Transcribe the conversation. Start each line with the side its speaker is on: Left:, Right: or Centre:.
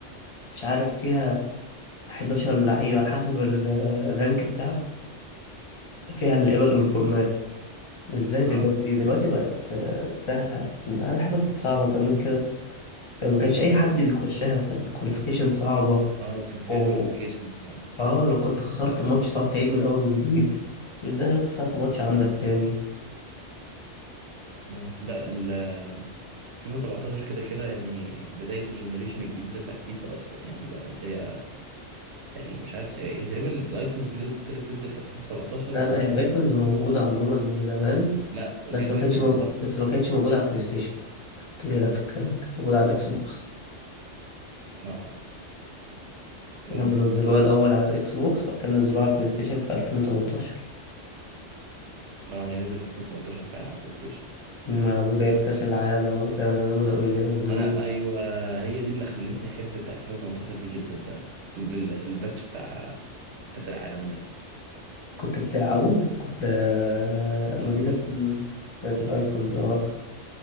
Left: مش عارف فيها 11 لعيبه على حسب ال- الرانك بتاعك فيها اللعيبه الانفورمات مش زي
Right: اه
Left: دلوقتي دلوقتي بقت آه، سهلة لكن أنا حاجة كانت صعبة زمان كده كان ما كانش أي حد بيخشها كان الكواليفيكيشن صعبة
Right: اه كان فيها
Left: و
Right: كواليفيكيشنز فعلا
Left: اه لو كنت خسرت ماتش تقعد تعيد من أول وجديد مش زي دلوقتي خسرت ماتش عندك تاني
Right: اه لا ال فيفا 17 كده كده يعني بداية الجنريشن الجديدة بتاعت فيفا أصلا يعني بقى اللي هي يعني مش عارف هي هي تقريبا الأيكونز اللي ابتدت تنزل في فيفا 17
Left: لا
Right: ولا
Left: لا هي الأيكونز
Right: س-
Left: موجودة عموما من زمان
Right: لا جت
Left: بس ما
Right: نزلت
Left: كانتش مو...
Right: متأخر
Left: بس ما كانتش موجودة على البلاي ستيشن كنت جاي لك في الكلام كانت موجودة على الإكس بوكس
Right: اه ممكن
Left: يعني هم نزلوها
Right: صح
Left: الأول على الإكس بوكس وبعد كده نزلوها على البلاي ستيشن في 2018
Right: اه هي نزلت في 2018 فعلا على بلاي ستيشن
Left: مع بداية كأس العالم وكانوا بدأوا ينزلوها
Right: انا ايوه هي دي اللي خلتني احب بتاع فيفا 18 دي جدا بقى ال- الباتش بتاع كاس العالم ده
Left: كنت بتلعبوه كنت آه،
Right: يا
Left: ما
Right: نهار
Left: دي كانت
Right: ابيض
Left: مم، بتاعت الايكونز اه